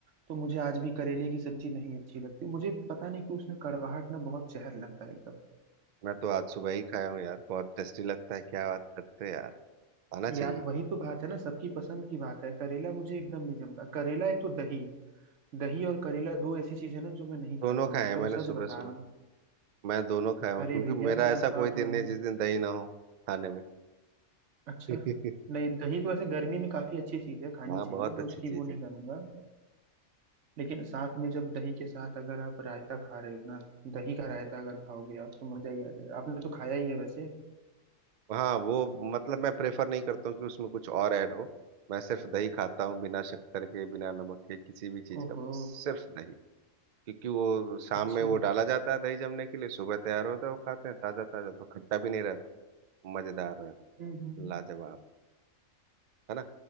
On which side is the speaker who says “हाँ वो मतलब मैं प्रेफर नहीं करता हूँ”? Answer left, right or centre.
Right